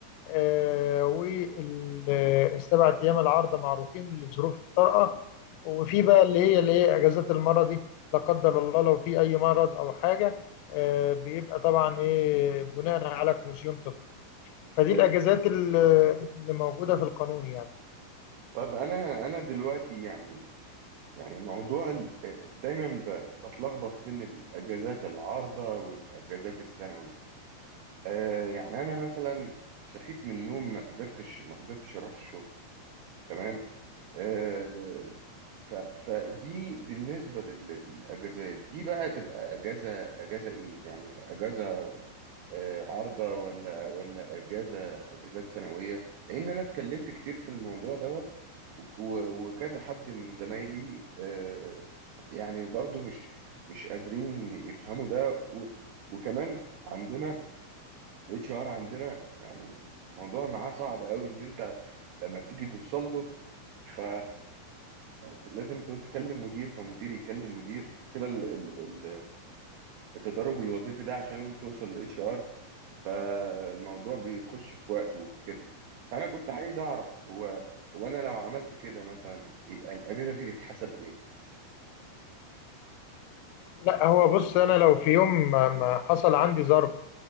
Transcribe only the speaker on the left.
آه والسبع ايام العارضه معروفين لظروف الطارئه وفي بقى اللي هي اللي هي اجازات المرضي لا قدر الله لو في اي مرض او حاجه آه، بيبقى طبعا ايه بناء على كوميسيون طبي فدي
الاجازات ال- اللي موجوده في القانون يعني
لا هو بص انا لو في يوم ما ما حصل عندي ظرف